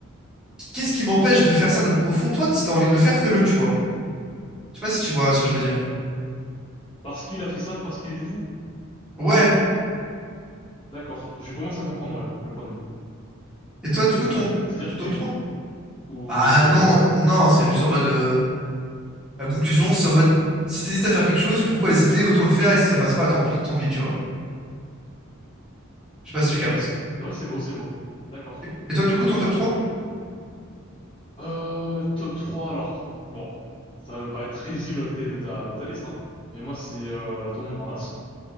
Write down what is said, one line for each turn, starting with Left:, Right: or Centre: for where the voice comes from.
Centre: qu'est-ce qui m'empêche de faire ça? En mode, Au fond, toi, si t'as envie de le faire, fais-le, tu vois. Je sais pas si tu vois ce que je veux dire.
Left: Parce qu'il a fait ça, parce qu'il était fou?
Centre: Ouais.
Left: D'accord. Je commence à comprendre, ouais, le point de vue.
Centre: Et toi, du
Left: Mais
Centre: coup,
Left: c'est-à-dire,
Centre: ton,
Left: c'est-à-dire
Centre: ton
Left: que
Centre: top
Left: tu es
Centre: trois
Left: fou? Ou
Centre: Bah
Left: j'ai...
Centre: non,
Left: euh,
Centre: non, c'est juste en mode. euh, La conclusion, c'est en mode, si t'hésites à faire quelque chose, pourquoi hésiter? Autant le faire et si ça passe pas, tant pis, tant pis, tu vois. Je sais pas
Left: Ok,
Centre: si tu captes.
Left: ouais, c'est ouais, c'est beau, c'est beau. D'accord.
Centre: Et et toi, du coup, ton top trois
Left: Euh, top 3 alors. Bon. Ça va pas être risible à côté de ta, de ta liste, hein. Mais moi, c'est euh, la tour Montparnasse,